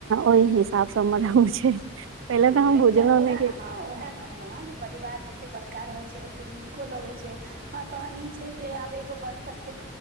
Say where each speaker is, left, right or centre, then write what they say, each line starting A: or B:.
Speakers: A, on the right; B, on the right.
A: ओहि हिसाब सँ हमर रह छै पहिले
B: हाँ नहि
A: हम बुझलहुं
B: तऽ उएह
A: ने कि
B: हँ उएह कहलहुँ जे परिवार जतेक बड़का रहैत छै ओतेक नीको लगैत छै हाँ तहन ई छै जे आब एगो बर्तन के